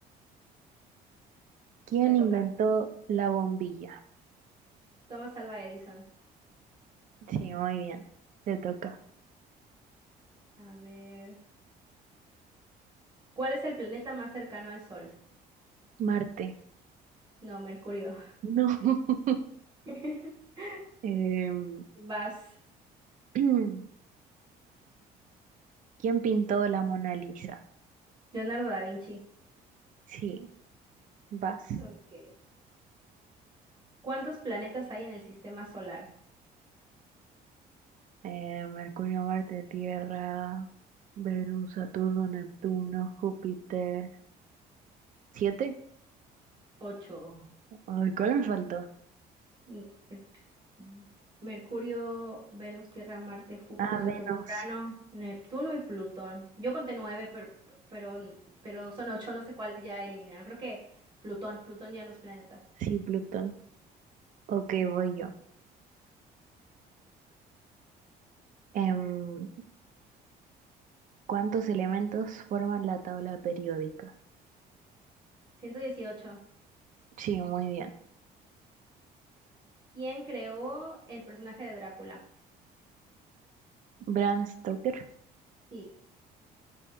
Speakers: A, on the right; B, on the right.
A: ¿Quién
B: Te
A: inventó
B: toca.
A: la bombilla?
B: Thomas Alva Edison.
A: Sí, muy bien. Te toca.
B: A ver. ¿Cuál es el planeta más cercano al Sol?
A: Marte.
B: No, Mercurio.
A: No. <laughs>
B: <laughs>
A: Em,
B: Vas.
A: <clears throat> ¿quién pintó la Mona Lisa?
B: Leonardo da Vinci.
A: Sí, vas.
B: Ok. ¿Cuántos planetas hay en el sistema solar?
A: Eh, Mercurio, Marte, Tierra, Venus, Saturno, Neptuno, Júpiter. ¿Siete?
B: Ocho.
A: Ay, ¿Cuál me faltó?
B: Mm, es- mm, Mercurio, Venus, Tierra, Marte, Júpiter,
A: Ah,
B: Saturno,
A: Venus.
B: Urano, Neptuno y Plutón. Yo conté nueve, pero, pero, pero son ocho, no sé cuál ya eliminaron. Creo que Plutón, Plutón ya no es planeta.
A: Sí, Plutón. Ok, voy yo. Em, ¿cuántos elementos forman la tabla periódica?
B: 118.
A: Sí, muy bien.
B: ¿Quién creó el personaje de Drácula?
A: Bram Stoker.
B: Sí,